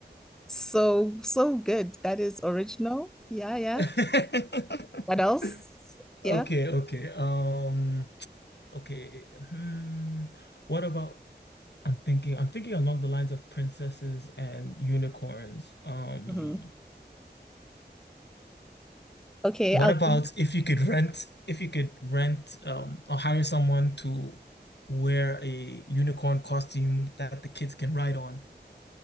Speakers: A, in the centre; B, on the left.
A: So so good. That is original. Yeah, yeah.
B: <laughs>
A: What else? Yeah.
B: Okay, okay. Um, okay. Hmm. What about I'm thinking I'm thinking along the lines of princesses and unicorns. Um,
A: hmm Okay,
B: what
A: I'll
B: about
A: give-
B: if you could rent if you could rent um or hire someone to wear a unicorn costume that the kids can ride on?